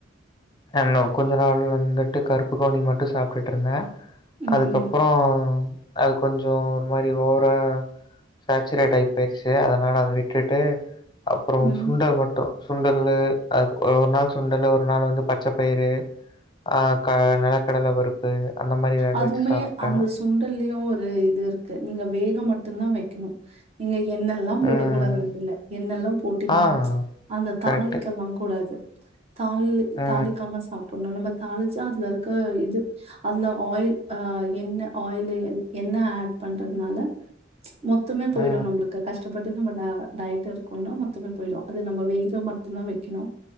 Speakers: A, on the left; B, on the right.
A: ஆன் லவ் கொஞ்ச நாள் வந்துட்டு கருப்பு கவுனி மட்டும் சாப்ட்டுட் இருந்த
B: ம்,
A: அதுக்கப்புற அது கொஞ்சோ ஒரு மாரி ஓவ்றா சாச்சுரேட் ஆகி போயிருச்சு அதனால அத விட்டுட்டு அப்புறம்
B: ம்.
A: சுண்டல் மட்டு சுண்டலு ஒரு நாள் சுண்டலு ஒரு நாள் வந்து பட் பச்ச பயரு ஆ க நிலக்கடல பருப்பு அந்த மாரி வேக
B: அதுவுமே
A: வச்சு சாப்ட்ட
B: அந்த சுண்டல்லயும் ஒரு இது இருக்கு நீங்க வேக மட்டுதா வைக்கணு நீங்க எண்ணெல்லா போடக்
A: ம்.
B: கூடாது அதுல எண்ணெல்லா போட்டீங்க
A: ஆ
B: அந்த
A: கரெக்ட்டு
B: தாளிக்களா கூடாது தாளி
A: ஆ
B: தாளிக்காம சாப்பிட்ணு நம்ம தாளிச்சா அதுல இருக்க இது அதுல ஆயில் அ என்ன ஆயில் என்ன ஆட் பண்றதுனால மொத்தமே போய்டு
A: ஆ
B: நம்மளுக்கு கஷ்டப்பட்டு நம்ம டயட் இருக்கோனா மொத்தமே போய்டு அது நம்ம வெயில மட்டுதா வைக்கணு